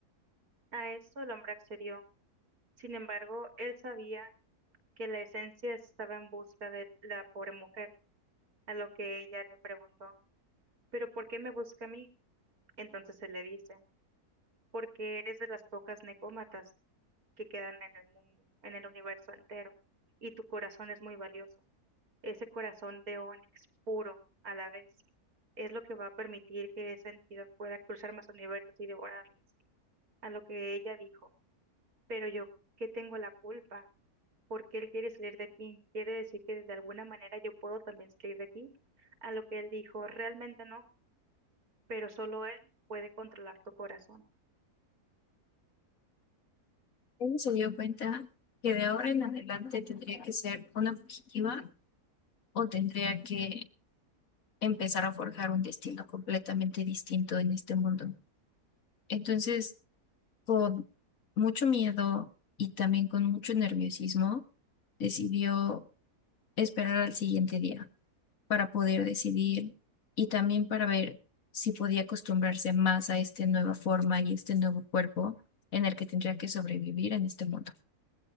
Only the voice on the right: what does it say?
A eso el hombre accedió. Sin embargo, él sabía que la esencia estaba en busca de la pobre mujer, a lo que ella le preguntó. Pero ¿por qué me busca a mí? Entonces él le dice, porque eres de las pocas necómatas que quedan en el mundo, en el universo entero, y tu corazón es muy valioso. Ese corazón de ónix puro a la vez es lo que va a permitir que esa entidad pueda cruzar más universos y devorarlos, a lo que ella dijo. Pero yo, ¿qué tengo la culpa? ¿Por qué él quiere salir de aquí? ¿Quiere decir que de alguna manera yo puedo también salir de aquí? A lo que él dijo, realmente no, pero solo él puede controlar tu corazón.